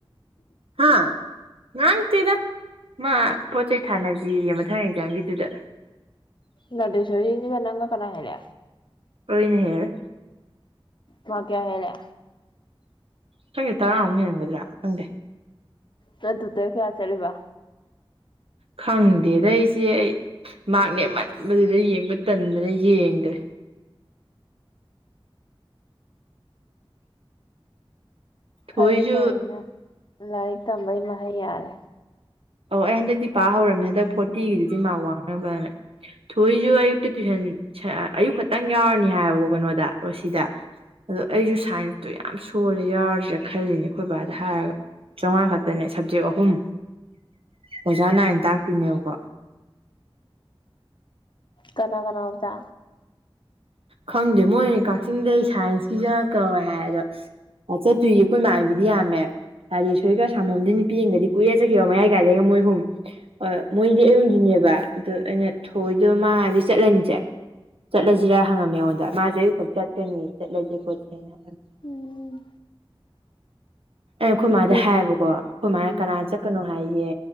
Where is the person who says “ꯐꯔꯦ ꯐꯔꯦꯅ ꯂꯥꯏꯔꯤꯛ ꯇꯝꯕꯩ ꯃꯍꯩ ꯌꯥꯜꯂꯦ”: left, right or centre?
Left